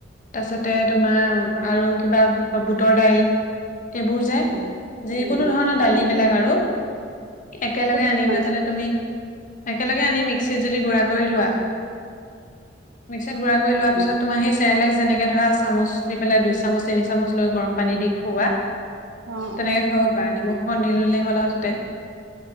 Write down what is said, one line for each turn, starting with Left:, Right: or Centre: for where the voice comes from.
Left: তাৰ পিছতে তোমাৰ আৰু কিবা বুটৰ দাইল। এইবোৰ যে
Right: উম
Left: যিকোনো
Right: উম
Left: ধৰণৰ দালি বিলাক আৰু। একেলগে
Right: উম
Left: আনি লৈ পেলাই তুমি, একেলগে আনি মিক্সিত যদি গুড়া কৰি লোৱা। মিক্সিত গুড়া কৰি লোৱা
Right: উম
Left: পিছত তোমাৰ সেই চেৰেলেক যেনেকে ধৰা চামুচ দি পেলাই দুই চামুচ তিনি চামুচ লৈ গৰম পানী দি খোৱা
Right: অ
Left: তেনেকে খুৱাব পাৰা নিমখ অকন দি ললেই হ'ল আৰু তাতে।